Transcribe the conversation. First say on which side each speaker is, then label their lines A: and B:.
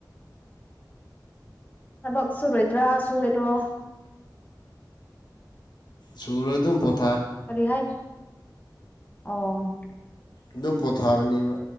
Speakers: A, on the left; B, on the left.
A: ꯊꯕꯛ ꯁꯨꯨꯔꯣꯏꯗ꯭ꯔꯥ ꯁꯨꯔꯔꯣ
B: ꯁꯨꯨꯔꯣꯏ ꯑꯗꯨꯝ ꯄꯣꯊ
A: ꯀꯔꯤ ꯍꯥꯏ ꯑꯣ
B: ꯑꯗꯨꯝ ꯄꯣꯊꯥꯒꯅꯦꯕ